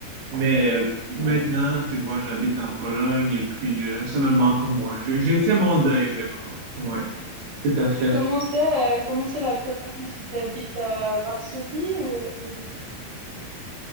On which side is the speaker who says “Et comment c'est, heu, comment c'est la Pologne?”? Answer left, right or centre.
Right